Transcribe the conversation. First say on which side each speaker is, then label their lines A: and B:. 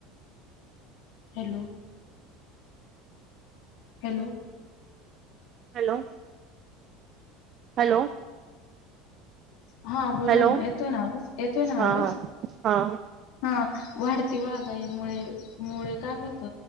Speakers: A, on the left; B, on the right.
A: hello! Hello!
B: Hello! Hello
A: हा बोला
B: हॅलो
A: ना येतोय ना, आवाज येतोय ना
B: हा
A: आवाज?
B: हा. हा
A: हा वाढती वाघाई मुळे, मुळे काय होत‌.